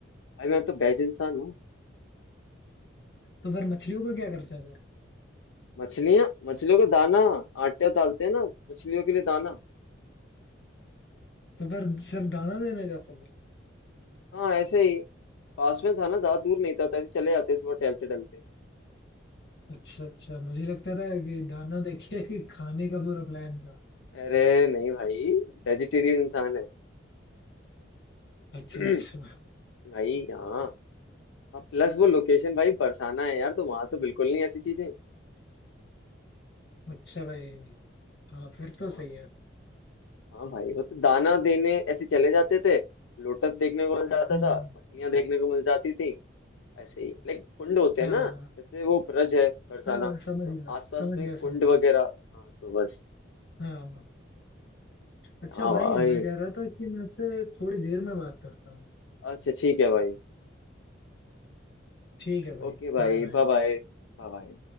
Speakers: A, on the left; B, on the left.
A: भाई मैं तो बेज इंसान हूँ
B: तो फिर मछलियों को क्या करते थे
A: मछलियां मछलियों को दाना आटा डालते हैं ना मछलियों के लिए दाना
B: तो फिर सिर्फ दाना देने जाते थे
A: हाँ ऐसे ही पास में था ना ज्यादा दूर नहीं था तो ऐसे चले जाते सुबह टहलते टहलते
B: अच्छा अच्छा मुझे लगता था कि दाना देके <laughs> ही खाने का पूरा प्लान था
A: अरे नहीं भाई वेजिटेरियन इंसान है
B: अच्छा
A: <clears throat>
B: अच्छा
A: भाई यहाँ और प्लस वो लोकेशन भाई बरसाना है यार तो वहां तो बिल्कुल नहीं ऐसी चीजें
B: अच्छा भाई हाँ फिर तो
A: हाँ
B: सही है
A: हाँ भाई वो तो दाना देने ऐसे चले जाते थे लोटस देखने को मिल जाता
B: हम्म
A: था
B: हम्म।
A: मछलियां देखने को मिल जाती थी ऐसे ही लाइक कुंड होते
B: हाँ
A: हैं ना जैसे वो ब्रज है बरसाना
B: हाँ समझ
A: तो
B: गया
A: आसपास
B: समझ
A: में
B: गया
A: कुंड
B: समझ गया
A: वगैरह हाँ तो बस
B: हाँ हाँ। अच्छा
A: हाँ
B: भाई
A: भाई
B: मैं कह रहा था कि मैं आपसे थोड़ी देर में बात करता हूँ
A: अच्छा ठीक है भाई
B: ठीक है भाई
A: ओके भाई
B: बाय बाय
A: बाय बाय बाय